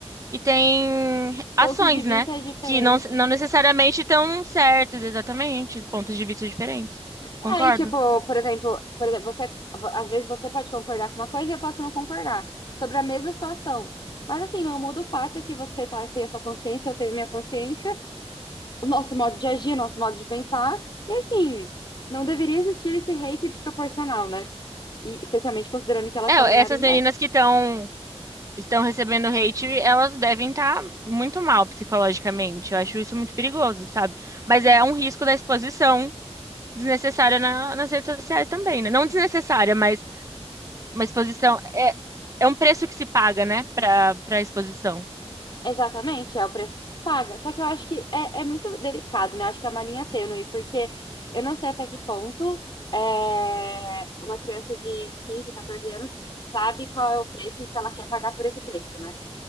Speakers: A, on the right; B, on the left.
A: e têm ações,
B: pontos de vista
A: né,
B: diferentes.
A: que não, não necessariamente estão certas, exatamente, pontos de vista diferentes.
B: É,
A: Concordo.
B: Aí, tipo, por exemplo, por exemplo, você, às vezes você pode concordar com uma coisa e eu posso não concordar sobre a mesma situação. Mas assim, não muda o fato que você tá, tem a sua consciência, eu tenho a minha consciência, o nosso modo de agir, o nosso modo de pensar. E assim, não deveria existir esse hate desproporcional, né? E especialmente considerando que elas
A: É,
B: são menores
A: essas
B: de
A: meninas
B: idade.
A: que estão estão recebendo hate, elas devem estar muito mal psicologicamente. Eu acho isso muito perigoso, sabe? Mas é um risco da exposição desnecessária na- nas redes sociais também, né? Não desnecessária, mas uma exposição é, é um preço que se paga, né, para para exposição.
B: Exatamente, é o preço que se paga. Só que eu acho que é, é muito delicado, né? Acho que é uma linha tênue, porque eu não sei até que ponto é, uma criança de 15, 14 anos sabe qual é o preço e se ela quer pagar por esse preço, né?